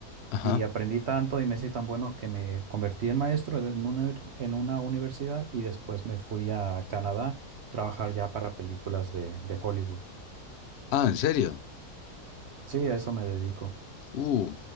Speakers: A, on the left (about 80°); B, on the right (about 60°).
A: Ajá.
B: y aprendí tanto y me hice tan bueno que me convertí en maestro en una, en una universidad y después me fui a Canadá a trabajar ya para películas de, de Hollywood.
A: Ah, ¿en serio?
B: Sí, a eso me dedico.
A: Uh,